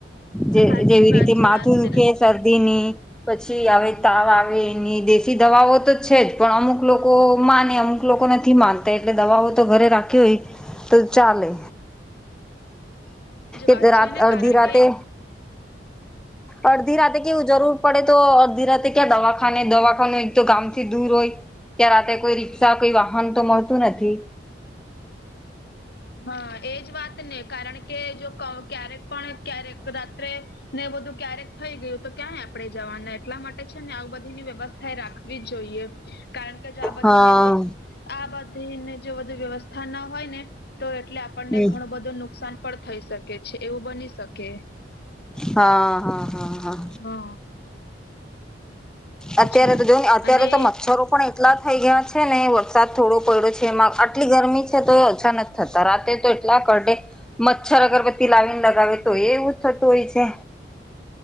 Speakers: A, in the centre; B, on the left.
A: જે
B: સાચી
A: જેવી
B: વાત
A: રીતે
B: જે
A: માથું
B: રાત
A: દૂખે
B: એજ
A: શરદીની પછી આવે તાવ આવે એની દેશી દવાઓ તો છે જ પણ અમુક લોકો માને અમુક ક લોકો નથી માનતા એટલે દવાઓ તો ઘરે રાખી તો ચાલે એતો
B: વાત
A: રાત
B: છે ને
A: અડધી
B: કારણ
A: રાતે
B: કે
A: અડધી રાતે કેવું જરૂર પડે તો અડધી રાતે ક્યાં દવાખાને દવાખાનું એક તો ગામથી દૂર હોય. ત્યાં રાત્રે કોઈ રિક્ષા કઈ વાહન તો મળતું નથી.
B: હા એજ વાત ને કારણ કે જો ક ક્યારેક પણ ક્યારેક રાત્રે ને એ બધું ક્યારેક થઈ ગયું તો ક્યાંય આપડે જવાના એટલા માટે છે ને આવ બધીની વ્યવસ્થા એ રાખવી જોઈએ. કારણ કે જો આ બધીને
A: હા
B: આ બધીને જો બધુ વ્યવસ્થા ના હોય ને તો એટલે આપણે
A: હમ
B: ઘણુંબધું નુકસાન પણ થઈ શકે છે એવું બની શકે.
A: હા હા હા હા.
B: હઅ
A: અત્યારે
B: છે અને
A: તો જો અત્યારે તો મચ્છરો પણ એટલા થઈ ગયા છે. ને વરસાદ થોડો પડ્યો છે. એમાં આટલી ગરમી છે તો ઓછા નથી. થતા રાતે તો એટલા કરડે મચ્છર અગરબત્તી લાવીને લગાવે તો એવું જ થતું હોય છે.